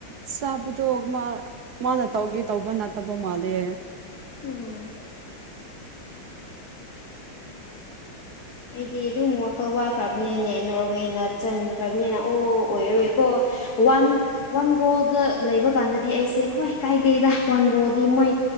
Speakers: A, on the right; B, on the left.
A: ꯆꯥꯕꯗꯣ ꯃꯥ ꯃꯥꯅ ꯇꯧꯒꯦ ꯇꯧꯕ ꯅꯠꯇꯕ ꯃꯥꯜꯂꯦ
B: ꯎꯝ ꯑꯩꯗꯤ ꯑꯗꯨꯝ ꯋꯥꯈꯜ ꯋꯥꯈ꯭ꯔꯕꯅꯤꯅꯦ ꯅꯣꯔꯋꯦꯅ ꯆꯟꯈ꯭ꯔꯕꯅꯤꯅ ꯑꯣ ꯑꯣꯏꯔꯔꯣꯏꯀꯣ ꯋꯥꯟ ꯋꯥꯟ ꯒꯣꯜꯗ ꯂꯩꯕ ꯀꯥꯟꯗꯗꯤ ꯑꯩꯁꯦ ꯍꯣꯏ ꯀꯥꯏꯗꯦꯗ ꯋꯥꯟ ꯒꯣꯜꯗꯤ ꯃꯣꯏ